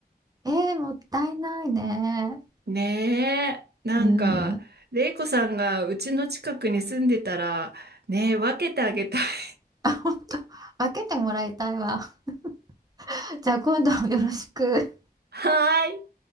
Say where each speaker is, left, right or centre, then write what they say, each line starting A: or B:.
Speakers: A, on the right; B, on the right.
A: えー、もったいないね。
B: ねえ、なんか、
A: うん。
B: れいこさんがうちの近くに住んでたら、ねえ、分けてあげたい。<laughs>
A: <laughs> あ、本当。開けてもらいたいわ。<laughs> じゃあ今度よろしく。
B: はーい。